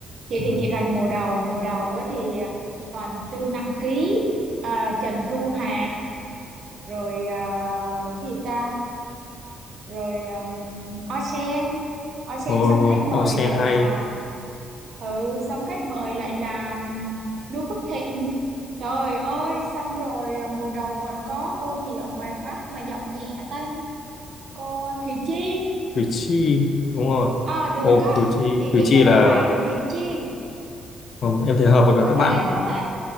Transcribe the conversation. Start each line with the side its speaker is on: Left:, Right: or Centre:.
Right: chị
Left: uh,
Right: thì chị rành mùa đầu mùa đầu á thì à, toàn thư nặng ký à, Trần Thu Hà rồi à, cái gì ta rồi um, Osen Osen
Left: All
Right: xong khách mời
Left: All hay
Right: lại là ừ xong khách mời lại là um, Noo Phước Thịnh trời ơi xong rồi à, mùa đầu còn có cô gì ở ngoài Bắc mà giọng nhẹ tênh cô Thị Chi
Left: Cử tri đúng rồi
Right: à được
Left: ồ
Right: á
Left: Cử tri
Right: chị
Left: Cử
Right: nghĩ
Left: tri
Right: đến
Left: là
Right: mấy bài của Thị Chi
Left: ừ, em thấy hợp với cả
Right: có
Left: các bạn
Right: thể có thể